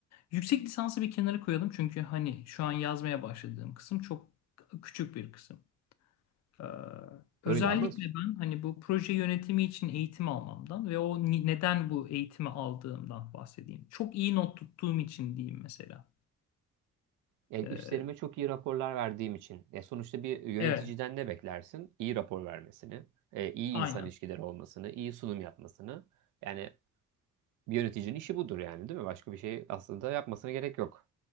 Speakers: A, on the left; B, on the right.
A: yüksek lisansı bir kenara koyalım çünkü hani şu an yazmaya başladığım kısım çok küçük bir kısım. Ee, özellikle
B: Öyle ama
A: ben hani bu proje yönetimi için eğitim almamdan ve o ni- neden bu eğitimi aldığımdan bahsedeyim. Çok iyi not tuttuğum için diyeyim mesela.
B: Yani
A: Ee,
B: üstlerime çok iyi raporlar verdiğim için. Ya sonuçta bir yöneticiden
A: evet,
B: ne beklersin? İyi rapor vermesini, e, iyi
A: aynen.
B: insan ilişkileri olmasını, iyi sunum yapmasını. Yani bir yöneticinin işi budur yani değil mi? Başka bir şey aslında yapmasına gerek yok.